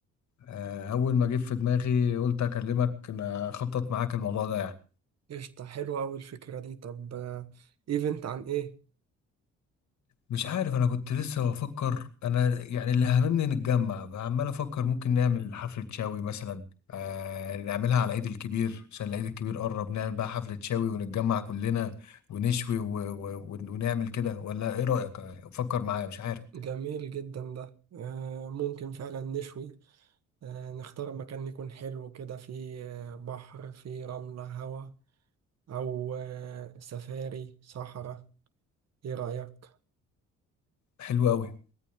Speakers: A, on the left; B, on the right.
A: آه، اول ما جه في دماغي قلت اكلمك ن- اخطط معاك الموضوع ده يعني
B: قشطة حلوة اوي الفكرة دي طب آه، ايفنت عن ايه
A: مش عارف انا كنت لسه بفكر انا يعني اللي هممني نتجمع عمال افكر ممكن نعمل حفلة شاوي مثلا آه نعملها على العيد الكبير عشان العيد الكبير قرب نعمل بقى حفلة شاوي ونتجمع كلنا ونشوي و... و... ون- ونعمل كده ولا ايه رأيك فكر معايا مش عارف
B: جميل جدا ده آه، ممكن فعلا نشوي آه، نختار مكان يكون حلو كده فيه آه، بحر فيه رملة هوا او آه، سفاري صحراء ايه رأيك
A: حلو قوي